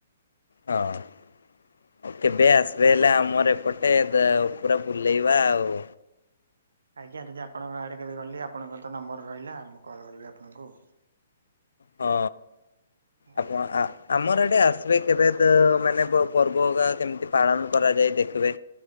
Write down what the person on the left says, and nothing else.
ହଁ। କେବେ ଆସ୍ ବେ ହେଲେ ଆମର ଏପଟେ ପୁରା ବୁଲେଇବା ଆଉ।
ହଁ
ଆପଣ ଆ ଆମର ଏଠି ଆସିବେ କେବେ ମାନେ ପର୍ବକା କେମିତି ପାଳନ କରାଯାଏ ଦେଖିବେ।